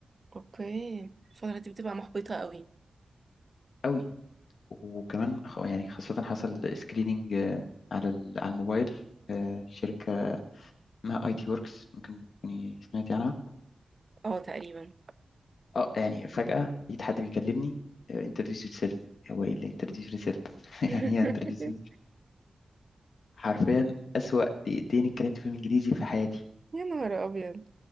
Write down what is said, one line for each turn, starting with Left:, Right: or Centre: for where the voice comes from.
Right: اوكي الفتره دي بتبقى محبطه قوي
Left: قوي وكمان خ- يعني خاصة حصل سكريننج على ال- على الموبايل آه، شركة اسمها اي تي وركس ممكن تكوني سمعتي عنها
Right: اه تقريبا
Left: اه يعني فجأة لقيت حد بيكلمني انتروديوس يور سيلف هو ايه اللي انتروديوس يور سيلف
Right: <laughs>
Left: <laughs> يعني ايه انتروديوس حرفيا أسوأ دقيقتين اتكلمت فيهم انجليزي في حياتي
Right: يا نهار ابيض